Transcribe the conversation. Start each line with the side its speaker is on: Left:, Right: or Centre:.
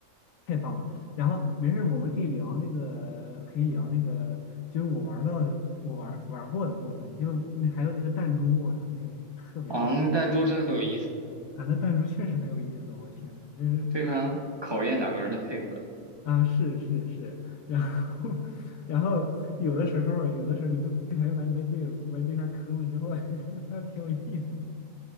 Left: 太棒了。然后没事儿我们可以聊那个，可以聊那个，就是我玩到我玩玩过的部分，就那还有那个弹珠，我操，那个也特别棒
Right: 啊，那个弹珠真的很有意思，
Left: 啊！那弹珠确实很有意思，我天呐，就是
Right: 非常考验两个人的配合。
Left: 啊，是是是，然后 <laughs> 然后有的时候有的时候你不小心把你被队友把你对象坑了之后，<laughs> 还挺有意思，